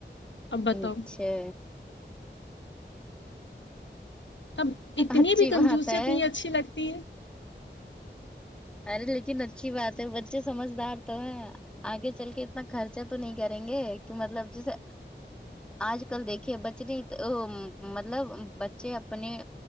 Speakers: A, on the left; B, in the centre.
A: اب بتاؤ
B: اچھا
A: اب اتنی
B: اچھی
A: بھی
B: بات
A: کنجوسیت
B: ہے
A: نہیں اچھی لگتی ہے
B: ارے لیکن اچھی بات ہے بچے سمجھدار تو ہیں آگے چل کے اتنا خرچہ تو نہیں کریں گے کہ مطلب جیسے آج کل دیکھیے بچے نے ا مطلب بچے اپنے